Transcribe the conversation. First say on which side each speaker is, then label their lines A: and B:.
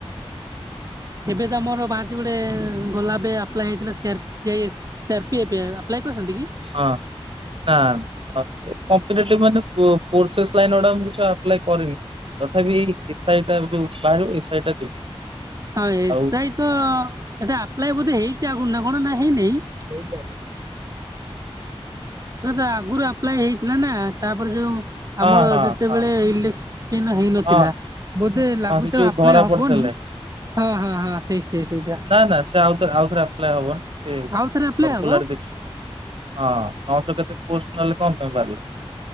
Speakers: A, on the right; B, on the right.
A: ଏବେ ତ ଆମର ବାହାରିଛି ଗୋଟେ ଗଲା ଏବେ ଆପ୍ଲାଏ ହେଇଥିଲା C R C I S sir P ଏପ ଆପ୍ଲାଏ କରିଛନ୍ତି କି?
B: ହଁ ନା <unintelligible> କମ୍ପିଟେଟିଭ ମାନେ ପୋ ପୋରଶେଷ ଲାଇନ୍ ଗୁଡାକ <unintelligible> ଅପ୍ଲାଏ କରିନି ତଥାପି ଏସ ଆଇ ଟା ଯୋଉ ବାହାରିବ ଏସ ଆଇ ଟା ଦେବି।
A: ହଁ ଏସ
B: ଆଉ
A: ଆଇ ତ ଏଟା ଆପ୍ଲାଏ ବୋଧେ ହେଇଛି ଚି ଆଗରୁ ନା କଣ ନା ହେଇନେଇଁ? ନା ତ ଆଗରୁ ଆପ୍ଲାଏ ହେଇଥିଲା ନା ତାପରେ ଯୋଉ
B: ହଁ
A: ଆମର
B: ହଁ
A: ଯେତେବେଳେ
B: ହଁ
A: ଇଲେକେ ହେଇନଥିଲା
B: ହଁ
A: ବୋଧେ ଲାଗୁଚିତ
B: ହଁ ସେ ଯୋଉ
A: ଆପ୍ଲା
B: ଧରା
A: ହବନି
B: ପଡିଥିଲେ
A: ହଁ ହଁ ହଁ ସେଇ ସେଇ ସେଇଟା
B: ନା ନା ସେ ଆଉଥରେ ଆଉଥରେ ଆପ୍ଲାଏ ହବନ ସେ
A: ଆଉ ଥରେ ଆପ୍ଲାଏ
B: କର୍ପୂଲାର
A: ହବ
B: ଦେଖି ହଁ ନଅଶହ କେତେ ପୋଷ୍ଟ ନହେଲେ କଣ ପାଇଁ ବାହାରିଲା?